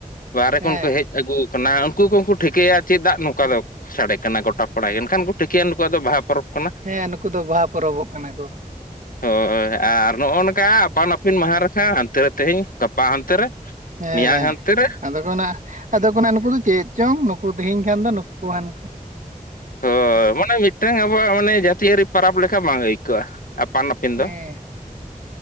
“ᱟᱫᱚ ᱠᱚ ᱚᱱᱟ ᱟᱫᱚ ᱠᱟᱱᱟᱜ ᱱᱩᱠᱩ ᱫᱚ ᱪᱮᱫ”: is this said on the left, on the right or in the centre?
Right